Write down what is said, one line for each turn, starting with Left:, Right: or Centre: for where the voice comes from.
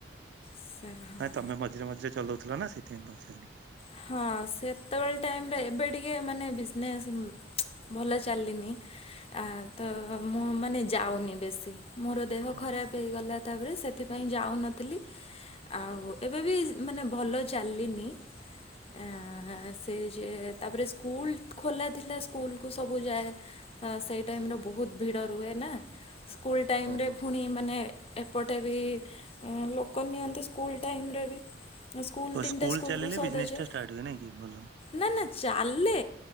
Left: ସେ ହଁ
Right: ନାଇଁ ତମେ ମଝିରେ ମଝିରେ ଚଲଉ ଥିଲ ନା ସେଥିପାଇଁ ପଚାରିଲି।
Left: ହଁ ସେତେବେଳେ ଟାଇମ ରେ ଏବେ ଟିକେ ମାନେ ବିଜନେସ୍ ଭଲ ଚାଲିନି ଆ ତ ମୁଁ ମାନେ ଯାଉନି ବେଶୀ। ମୋର ଦେହ
Right: ଓ
Left: ଖରାପ ହେଇଗଲା। ତାପରେ ସେଥିପାଇଁ ଯାଉନଥିଲି ଆଉ ଏବେ ବି ମାନେ ଭଲ ଚାଲିନି। ଆ ସେ ଯେ ତାପରେ ସ୍କୁଲ ଖୋଲା ଥିଲା ସ୍କୁଲ କୁ ସବୁ ବୁ ଯାଏ ସେ ଟାଇମ ରେ ବହୁତ ଭିଡ ରୁହେ ନା। ସ୍କୁଲ୍ ଟାଇମରେ
Right: ଓହୋ।
Left: ପୁଣି ମାନେ ଏପଟେ ବି ଲୋକ ନିଅନ୍ତି ସ୍କୁଲ ଟାଇମ ରେ ବି ସ୍କୁଲ
Right: ଓ
Left: ତିନଟା ସ୍କୁଲ
Right: ଚାଲିଲେ
Left: କୁ ସଉଦା
Right: ବିଜନେସ
Left: ଯାଏ।
Right: ଟା ଷ୍ଟାର୍ଟ ହୁଏ ନାଇଁ କି ଭଲ।
Left: ନା ନା ଚାଲେ।